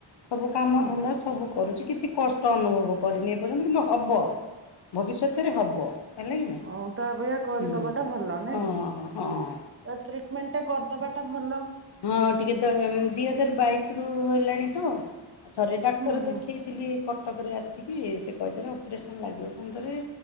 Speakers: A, on the left; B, on the right.
A: ସବୁ କାମ
B: ହଁ
A: ଧନ୍ଦା ସବୁ କରୁଛି। କିଛି କଷ୍ଟ ଅନୁଭବ କରିନି ଏ ପର୍ଯ୍ୟନ୍ତ କିନ୍ତୁ ହବ ଭବିଷ୍ୟତରେ ହବ। ହେଲା କି ନା
B: ହଁ ତା ଅପେକ୍ଷା କରିଦବାଟା
A: ହୁଁ
B: ଭଲ ନାଇଁ
A: ହଁ
B: ତା
A: ହଁ।
B: ଟ୍ରିଟମେଣ୍ଟ ଟା କରିଦବାଟା ଭଲ।
A: ହଁ ଟିକେ ଦ ଦିହଜାର ବାଇଶ ରୁ ହେଲାଣି ତ ଥରେ ଡାକ୍ତର
B: ହୁଁ ହୁଁ।
A: ଦେଖାଇଥିଲି କଟକରେ ଆସିକି ସେ କହିଥିଲେ ଅପରେସନ୍ ଲାଗିବ ପୁଣି ଥରେ